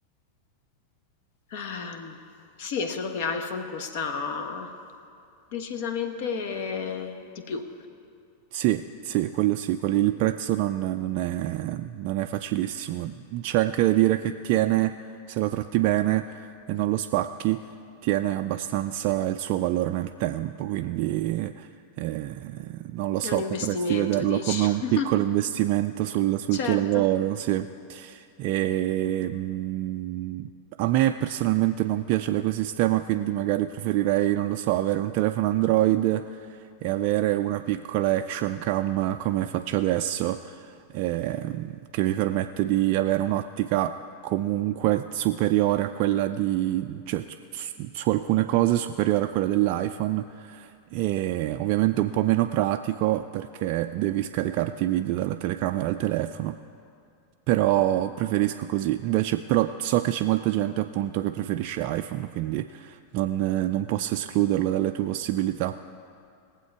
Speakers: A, on the left; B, on the right.
A: Ehm, sì, è solo che iPhone costa decisamente di più.
B: Sì, sì, quello sì, quello- il prezzo non, non è, non è facilissimo. C'è anche da dire che tiene, se lo tratti bene e non lo spacchi, tiene abbastanza il suo valore nel tempo, quindi eh, non lo so,
A: È un investimento,
B: potresti vederlo
A: dici?
B: come un
A: <laughs>
B: piccolo investimento sul, sul
A: Certo.
B: tuo lavoro, sì. E, mm, a me personalmente non piace l'ecosistema, quindi magari preferirei, non lo so, avere un telefono Android e avere una piccola action cam come faccio adesso, ehm, che mi permette di avere un'ottica comunque superiore a quella di, cioè, su, su alcune cose superiore a quella dell'iPhone e ovviamente un po' meno pratico perché devi scaricarti i video dalla telecamera al telefono. Però preferisco così. Invece, però so che c'è molta gente appunto che preferisce iPhone, quindi non eh, non posso escluderlo dalle tue possibilità.